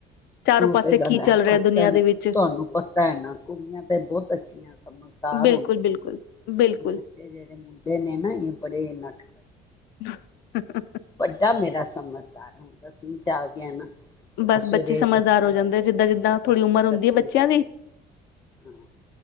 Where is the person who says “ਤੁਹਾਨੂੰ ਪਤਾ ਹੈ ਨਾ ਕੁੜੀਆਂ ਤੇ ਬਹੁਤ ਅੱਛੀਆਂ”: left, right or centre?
Left